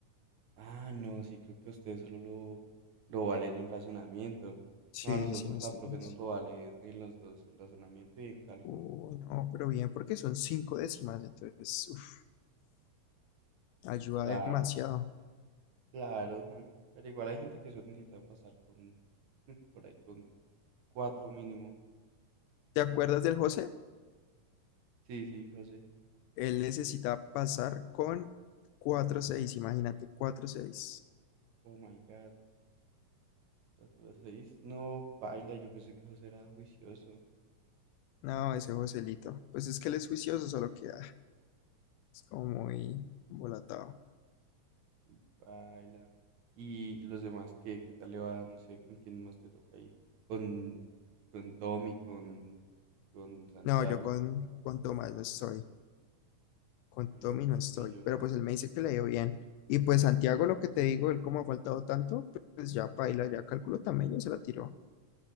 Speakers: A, on the right; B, on the left.
A: Ah, no, sí, creo que ustedes solo lo, lo valen en razonamiento.
B: Sí,
A: No, a nosotros
B: sí, no estoy
A: la profe
B: mal,
A: nos
B: sí.
A: lo vale en los dos, en razonamiento y en cálculo.
B: Uy, no, pero bien, porque son cinco décimas, entonces, uff. Ayuda
A: Claro,
B: demasiado.
A: claro. <laughs> Pero igual hay gente que solo necesita pasar con, <laughs> por ahí, con cuatro mínimo.
B: ¿Te acuerdas del José?
A: Sí, sí, José.
B: Él necesita pasar con cuatro seis, imagínate, cuatro seis.
A: Oh my God, cuatro a seis. No, paila, yo pensé que José era juicioso.
B: No, ese Joselito. Pues es que él es juicioso, solo que ah, es como muy volatado.
A: Uy, baila. Y, y los demás, ¿qué, qué tal le va? No sé, ¿con quién más te toca ahí? Con, con Tommy, con, con Santiago.
B: No, yo con, con Tomás no estoy, con
A: Ah, no,
B: Tommy
A: entonces
B: no estoy,
A: soy yo.
B: pero pues él me dice que le dio bien. Y pues Santiago, lo que te digo, él como ha faltado tanto, pues ya paila, ya calculo también, ya se la tiró,